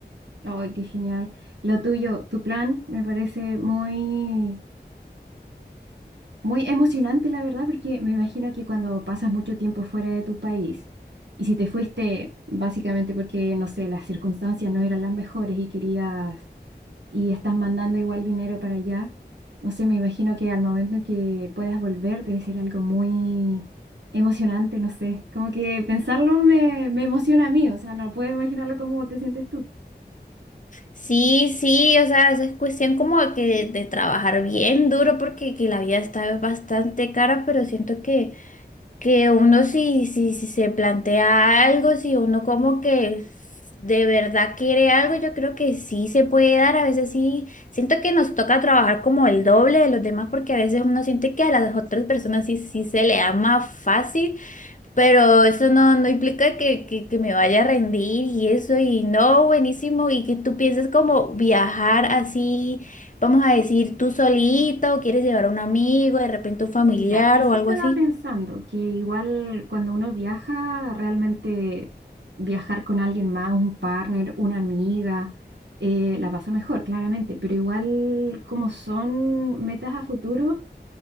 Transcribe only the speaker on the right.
Ay, qué genial. Lo tuyo, tu plan, me parece muy, muy emocionante, la verdad, porque me imagino que cuando pasas mucho tiempo fuera de tu país, y si te fuiste básicamente porque, no sé, las circunstancias no eran las mejores y querías, y estás mandando igual dinero para allá, no sé, me imagino que al momento en que puedas volver debe ser algo muy emocionante, no sé. Como que pensarlo me, me emociona a mí, o sea, no puedo imaginarlo cómo te sientes tú.
Mira, eso
estaba
pensando, que igual cuando uno viaja, realmente viajar con alguien más, un partner, una amiga, eh, la pasa mejor, claramente, pero igual como son metas a futuro,